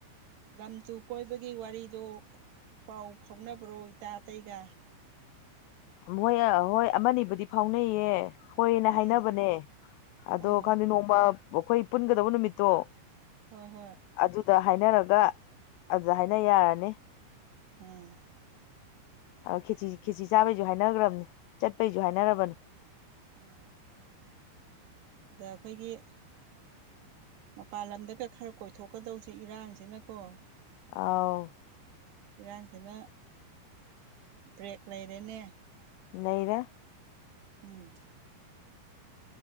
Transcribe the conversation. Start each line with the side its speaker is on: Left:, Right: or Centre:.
Right: ꯂꯝ ꯇꯨ ꯀꯣꯏꯕꯒꯤ ꯋꯥꯔꯤꯗꯣ ꯄꯥꯎ ꯐꯥꯎꯅꯕ꯭ꯔꯣ ꯏꯇꯥ ꯑꯇꯩꯒ
Left: ꯃꯣꯏ ꯍꯣꯏ ꯑꯥꯃ ꯅꯤꯕꯨꯗꯤ ꯐꯥꯎꯅꯩꯌꯦ ꯍꯣꯏꯅ
Right: ꯑꯥ
Left: ꯍꯥꯏꯅꯕꯅꯦ ꯑꯗꯣ
Right: ꯑꯥ
Left: ꯈꯪꯗꯦ ꯅꯣꯡꯃ ꯑꯩꯈꯣꯏ ꯄꯨꯟꯒꯗꯕ ꯅꯨꯃꯤꯠꯇꯣ
Right: ꯍꯣꯏ ꯍꯣꯏ
Left: ꯑꯗꯨꯗ ꯍꯥꯏꯅꯔꯒ ꯑꯗꯨꯗ ꯍꯥꯏꯅ ꯌꯥꯔꯅꯤ
Right: ꯎꯝ
Left: ꯈꯦꯆꯤ ꯈꯦꯆꯤ ꯆꯥꯕꯩꯁꯨ ꯍꯥꯏꯅꯈ꯭ꯔꯕꯅꯤ ꯆꯠꯄꯩꯁꯨ ꯍꯥꯏꯅꯔꯕꯅꯤ
Right: ꯎꯝ ꯗꯥ ꯑꯩꯈꯣꯏꯒꯤ ꯃꯄꯥꯟ ꯂꯝꯗꯒ ꯈꯔ ꯀꯣꯏꯊꯣꯛꯀꯗꯧꯁꯦ ꯏꯔꯥꯡꯁꯤꯅꯀꯣ
Left: ꯑꯥꯎ
Right: ꯏꯔꯥꯡꯁꯤꯅ ꯕ꯭ꯔꯦꯛ ꯂꯩꯔꯦꯅꯦ
Left: ꯂꯩꯔꯦ
Right: ꯎꯝ